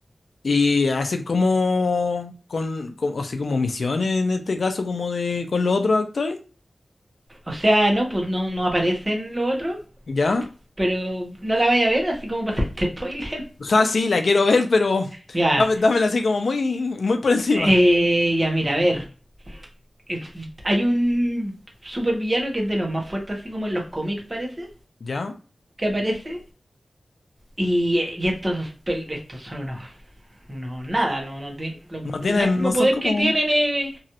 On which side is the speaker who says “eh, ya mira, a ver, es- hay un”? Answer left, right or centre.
Right